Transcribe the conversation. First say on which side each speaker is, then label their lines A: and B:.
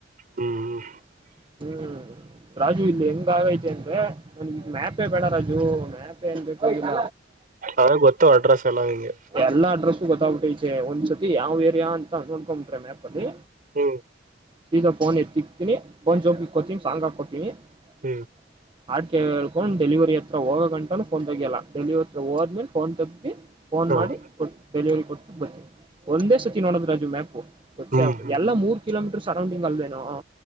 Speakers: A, on the right; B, on the right.
A: ಹ್ಮ್
B: ಹ್ಮ್ ರಾಜು ಇಲ್ಲಿ ಹೆಂಗ ಆಗೈತಿ ಅಂದ್ರೆ ನನ್ಗ ಇಲ್ಲಿ ಮ್ಯಾಪೆ ಬೇಡ ರಾಜು. ಮ್ಯಾ ಪೇ ಏನ್ ಬೇಕಾಗಿಲ್ಲ.
A: ಅದೇ ಗೊತ್ತು ಅಡ್ರೆಸ್ ಎಲ್ಲ ಹಂಗೆ.
B: ಎಲ್ಲಾ ಅಡ್ರೆಸ್ಸು ಗೊತಗ್ಬಿಟೈತೇ ಒಂದ್ಸತಿ ಯಾವ ಏರಿಯಾ ಅಂತ ನೋಡ್ಕೊಂಡ್ಂಬಿಟ್ರೆ ಮ್ಯಾಪ ಅಲ್ಲಿ
A: ಹ್ಮ್
B: ಸೀದ ಫೋನ್ ಎತ್ತಿಕ್ತೀನಿ ಪೋನ್ ಜೋಬ್ ಇಕೊತೀನಿ ಸಾಂಗ್ ಹಾಕೊತೀನಿ
A: ಹ್ಮ್
B: ಹ ಹಾಡ್ ಕೇಳ್ಕೊಂಡ ಡೆಲಿವರಿ ಹತ್ರ ಹೋಗಗಂಟ ಫೋನ್ ತೆಗಿಯಲ್ಲ ಡೆಲಿವರಿ ಹತ್ರ ಹೋದ್ಮೇಲೆ ಫೋನ್ ತಗ್ದಿ ಫೋನ್
A: ಹ್ಮ್
B: ಮಾಡಿ ಕೊಟ್ಟ ಡೆಲಿವರಿ ಕೊಟ್ಟು ಬರ್ತೀನಿ ಒಂದೇ ಸತಿ ನೋಡೋದ ರಾಜು ಮ್ಯಾಪು ಗೊತ್ತೇ
A: ಹ್ಮ್
B: ಆಗ
A: ಹ್ಮ್
B: ಎಲ್ಲಾ ಮೂರು ಕಿಲೋ ಮೀಟರ್ ಸರೌಂಡಿಂಗ್ ಅಲ್ವೇನೋ.